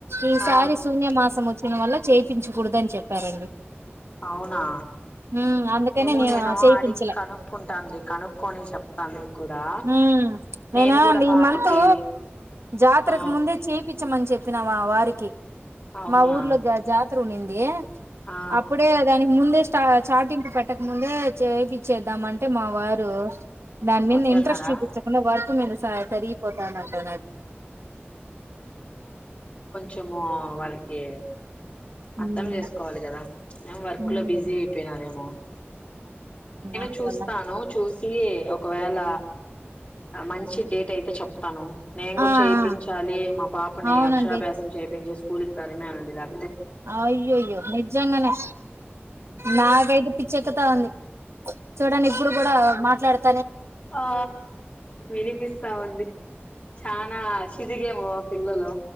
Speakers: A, on the right; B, on the left.
A: ఈ
B: ఆ
A: శారి
B: ఆ
A: శూన్య మాసం వచ్చు ఇన్వల్ల చేపించకూడదు అని చెప్పారండి
B: అవునా
A: అమ్ అందుకనే
B: ఏమో
A: నేను చేపించలే
B: అడిగి కనుక్కుంటానులే కనుక్కొని చెప్తా మీకు కూడా
A: హుమ్మ్
B: నేను
A: నేన
B: కూడా
A: ఈ
B: పాపకి
A: మంతూ జాతరకు
B: ఆ
A: ముందే చేపిచమని చెప్పినా మా వారికి
B: అవునా
A: మా ఊర్లో గ ఉనింది
B: ఆ
A: అప్పుడే దాని ముందే స్టా చాటింపు పెట్టక ముందే చేపిచ్చేద్దాం అంటే మా వారు దాన్మీద
B: వద్దన్నారా
A: ఇంట్రెస్ట్ చూపించకుండా వర్క్ మీద స సరిగిపోతాన్నారు తనా
B: కొమో వాళ్ళకి అర్థం
A: ఉమ్
B: చేసుకోవాలి కదా ఏం వర్క్
A: ఉమ్
B: లో బిజీ అయిపోయినారేమో
A: అందువల్ల
B: కే ఓ ఒకవేళ మంచి డేట్ అయితే చెప్తాను నేను కూడా
A: ఆ ఆ
B: చేపించాలి మా ఇప్పుడు నే
A: అవునండి
B: అక్షరాభ్యాసం చే కేజీ యస్ స్కూల్ కరుణ అండి ల్యాబ్
A: ఆ అయ్యో అయ్యో నిజంగనే నాగైదు పిచ్చెకుతా ఉంది చూడండి ఇప్పుడు కూడా మాట్లాడుత
B: ఆ వినిపిస్తా ఉంది చనా చిదిగేమో పిల్లలు